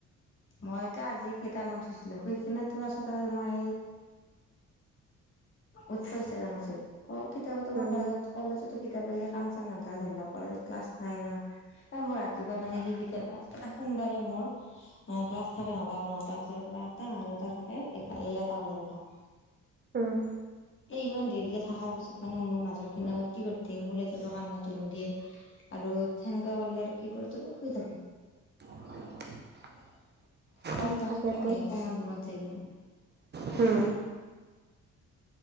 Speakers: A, on the left; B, on the right.
A: মইতো আজি কেইটামানত শুইছিলো, শুই কিনে তো পাছত মই
B: <unintelligible>
A: উঠিব ইচ্ছা যোৱা নাছিল, অ' কেতিয়াবাটো মই
B: উম
A: কলেজত কলেজো কেতিয়াবা যদি কাম চাম নাথাকে ধৰি লওক কলেজত ক্লাছ নাই ন' এ, মই ৰাতিপুৱা মানে কি কেতিয়াবা এ সোমবাৰে মোৰ অ'ক্লাছ থাকে নটা নটা বজাৰ পৰা আঠটাত আৰু এটা থাকে এটা বজাৰ পৰা। <unintelligible>
B: উম।
A: ইমান দেৰিকে থাকাৰ পিছত মানে মোৰ মাজৰ খিনি সময়ত কি কৰি থাকিম উলাই যাব কাৰণে টো নিদিয়ে আৰু থেন গা বালল আৰু কি কৰি থাব শুই থাব
B: <inaudible>
A: ক ক্লাছ
B: তাকেতো
A: এ কমান ৰুমত যাই কিনে
B: হম